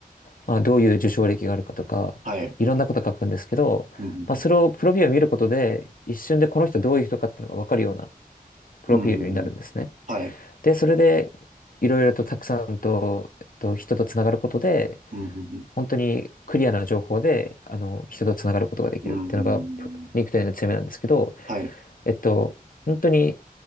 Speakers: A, on the left (about 65°); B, on the right (about 55°).
A: まあ、どういう受賞歴があるかとか、
B: はい。
A: いろんなこと書くんですけど、
B: うんうん
A: まあ、それをプロフィールを見ることで、一瞬でこの人どういう人かっていうのが分かるようなプロフィールになるんですね。
B: うん、うんうんうんはい。
A: で、それで、いろいろとたくさんと、えっと、人とつながることで、
B: うん、うんうん
A: 本当にクリアな情報で、あの、人とつながることができるっていうのが、
B: うんうんう
A: プリンクテイ
B: ん
A: k の強みなんですけど、
B: はい。
A: えっと、本当に